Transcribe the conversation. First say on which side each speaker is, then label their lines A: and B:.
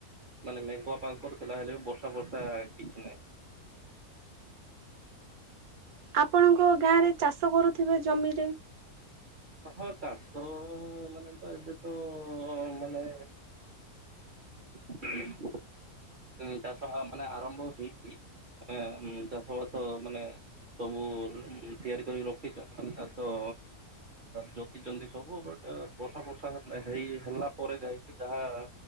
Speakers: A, on the right; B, on the right.
A: ମାନେ ମେଘୁଆ ପାଗ କରିଥିଲା ହେଲେ ବର୍ଷା ଫର୍ଷା କିଛି ନାହିଁ।
B: ଆପଣଙ୍କ ଗାଁ ରେ ଚାଷ କରୁଥିବେ ଜମିରେ?
A: ହଁ ଚାଷ ମାନେ ତ ଏବେ ତ ମାନେ <inaudible> ହୁ ଚାଷ ମାନେ ଆରମ୍ଭ ହେଇଛି ମାନେ ଚାଷ ବାସ ମାନେ ସବୁ ତିଆରି କରିକି ରଖି ମାନେ ଚାଷ ଯୋଟିଛନ୍ତି ସବୁ ବଟ ବର୍ଷା ଫର୍ଶା ହେ ହେଇ ହେଲା ପରେ ଯାଇକି ଯାହା